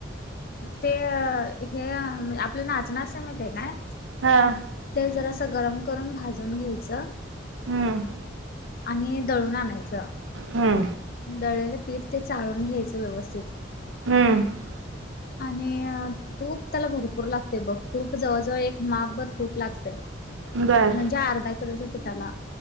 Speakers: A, on the left; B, on the right.
A: ते हे आपल नाचणं असंतय माहीत आहे काय?
B: हा.
A: ते जरासं गरम करून भाजून घ्यायचं.
B: हम्म.
A: आणि दळून आणायचं.
B: हम्म
A: दळलेलं पीठ ते चाळून घ्यायचं व्यवस्थित.
B: हम्म
A: आणि तूप त्याला भरपूर लागतंय बघ तूप जवळजवळ एक मापभर तूप लागतंय.
B: बर
A: म्हणजे अर्धा किलोच्या पिठाला